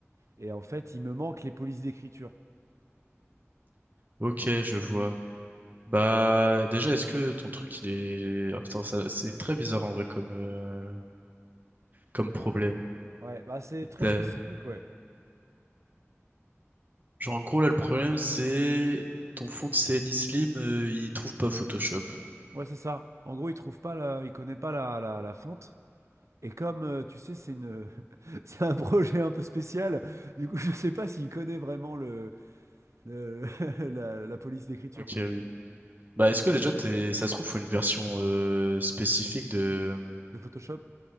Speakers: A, on the right; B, on the right.
A: Et en fait, il me manque les polices d'écriture.
B: Ok, je vois. Bah, déjà, est-ce que ton truc, il est... Ah, putain, ça- c'est très bizarre en vrai comme, euh, comme problème.
A: Ouais, bah c'est très
B: T'as-
A: spécifique, ouais.
B: Genre, en gros, là, le problème, c'est ton fond de CNI Slim, euh, il trouve pas Photoshop.
A: Ouais, c'est ça. En gros, il trouve pas la... il connaît pas la, la, la fonte. Et comme euh, tu sais, c'est une... <laughs> c'est un projet un peu spécial, du coup, <laughs> je sais pas s'il connaît vraiment le, le- <laughs> la, la police d'écriture,
B: Ok,
A: quoi.
B: oui. Bah, est-ce que déjà, t'es... ça se trouve, faut une version euh, spécifique de...
A: Le Photoshop?